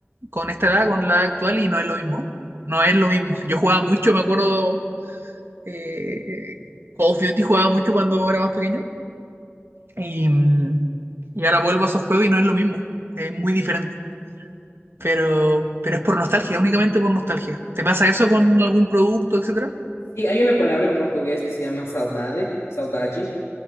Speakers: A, on the right; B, on the left.
A: con esta edad, con la edad actual, y no es lo mismo. No es lo mismo. <laughs> Yo jugaba mucho, me acuerdo, eh, Call of Duty jugaba mucho cuando era más pequeño, y, mm, y ahora vuelvo a esos juegos y no es lo mismo. Es muy diferente. Pero, pero es por nostalgia, únicamente por nostalgia. ¿Te pasa eso con algún producto, etcétera?
B: Sí, hay una palabra en portugués que se llama saudade, saudade.